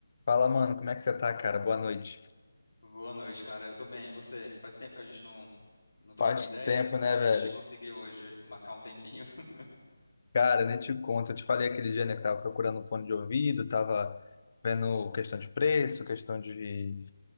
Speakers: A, on the left (about 40°); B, on the left (about 65°).
A: Fala, mano, como é que você tá, cara? Boa noite.
B: Boa noite, cara. Eu tô bem. E você? Faz tempo que a gente não, não troca
A: Faz
B: uma ideia.
A: tempo,
B: A
A: né,
B: a
A: velho?
B: gente conseguiu hoje marcar um tempinho. <laughs>
A: Cara, nem te conto. Eu te falei aquele dia, né, que tava procurando um fone de ouvido, tava vendo questão de preço, questão de